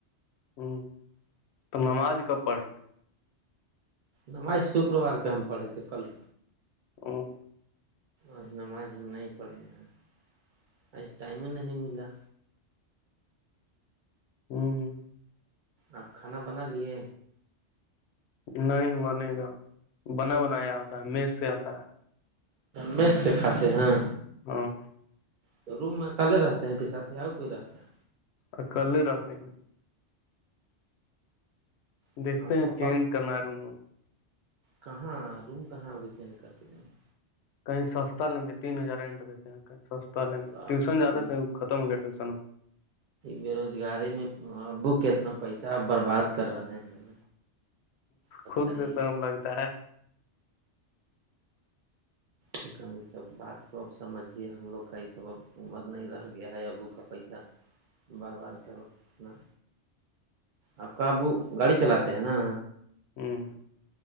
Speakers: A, on the left (about 70°); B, on the right (about 60°).
A: ہوں تو نماز کب پڑھیں گا
B: نمائش شکروار کے ہم پڑھے تھے کل
A: ہوں
B: آج نماز ہم نہیں پڑھے ہیں ای ٹائم نہیں ملا
A: ہوں
B: آپ کھانا بنا لیے
A: نہیں بنے گا بنا بنا یہ آتا ہے میز سے آتا ہے
B: میز سے کھاتے ہیں
A: ہاں
B: تو روم میں کلے رہتے ہیں کہ سات ہی آؤ کوئی رہتا ہے
A: ا کلے رہتے ہیں
B: ہے
A: دیکھتے
B: آپ
A: ہیں
B: پاپا
A: چینج کرنا روم
B: کہاں روم کہاں اھی چینج کر کے دیں گے
A: کہیں سستا لیں گے تین ہزار رینٹ دیتے ہیں کہیں سستا لیں گے
B: باپ
A: ٹیوشن جاتے
B: رے
A: تھے وہ ختم ہو گیا ٹیوشن
B: بےروزگاری میں ابو کتنا پیسہ برباد کر رہے ہیں بتائیے
A: خود سے شرم لگتا ہے
B: سے کم سب بات کو اب سمجھیے ہم لوگ کا سب اب عمر نہیں رہ گیا ہے ابو کا پیسہ برباد کر اپنا آپ کا ابو گاڑی چلاتے ہیں نا
A: ہ